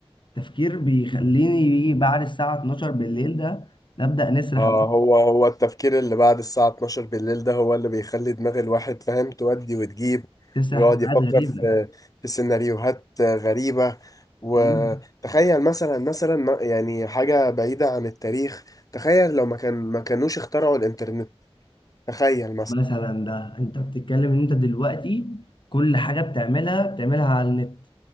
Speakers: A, on the left (about 50°); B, on the left (about 35°).
A: تفكير بيخليني يجي بعد الساعة 12 بالليل ده نبدأ نسرح
B: آه هو هو التفكير اللي بعد الساعة 12 بالليل ده هو اللي بيخلي دماغ الواحد فاهم تودي وتجيب
A: نسرح
B: ويقعد
A: في
B: يفكر
A: حاجات غريبة
B: في في سيناريوهات غريبة وتخيل
A: مم.
B: مثلا مثلا ما- يعني حاجة بعيدة عن التاريخ تخيل لو ما كان ما كانوش اخترعوا الإنترنت تخيل
A: مثلا ده انت بتتكلم ان انت دلوقتي كل حاجة بتعملها بتعملها على النت